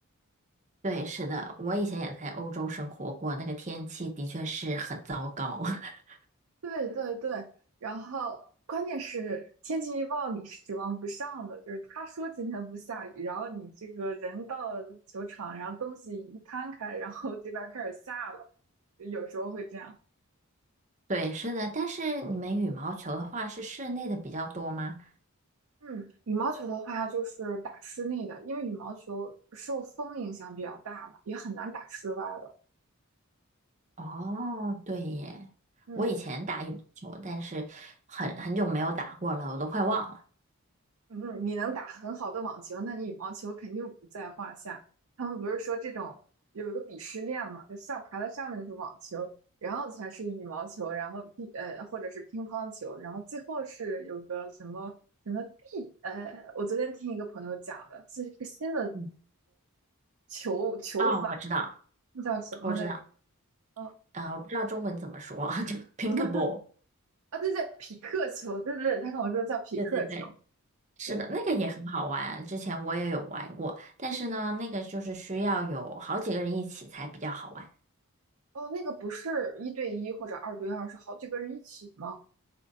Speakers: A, on the right (about 35°); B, on the right (about 75°).
A: 对，是的，我以前也在欧洲生活过，那个天气的确是很糟糕。<laughs>
B: 对对对，然后关键是天气预报你是指望不上的，就是他说今天不下雨，然后你这个人到球场，然后东西一摊开，然后这边儿开始下了，有时候会这样。
A: 对，是的，但是你们羽毛球的话是室内的比较多吗？
B: 嗯，羽毛球的话就是打室内的，因为羽毛球受风影响比较大嘛，也很难打室外的。
A: 哦，对耶，
B: 嗯。
A: 我以前打羽毛球，但是很很久没有打过了，我都快忘了。
B: 嗯，你能打很好的网球，那你羽毛球肯定不在话下。他们不是说这种有一个鄙视链嘛，就上排在上面的是网球，然后才是羽毛球，然后乒呃或者是乒乓球，然后最后是有个什么什么壁呃，我昨天听一个朋友讲的，这是一个新的
A: 嗯，
B: 球球法，
A: 哦，我知道，
B: 那叫什么来着？
A: 我知道。
B: 哦
A: 啊，我不知道中文怎么说，<laughs> 就 p i
B: <laughs>，
A: n k b a l l
B: 啊对对，匹克球，对对对，他跟我说叫匹克球，
A: 对对对，是的，
B: 对，
A: 那个也很好玩，之前我也有玩过，但是呢，那个就是需要有好几个人一起才比较好玩，
B: 哦那个不是一对一或者二对二，是好几个人一起吗？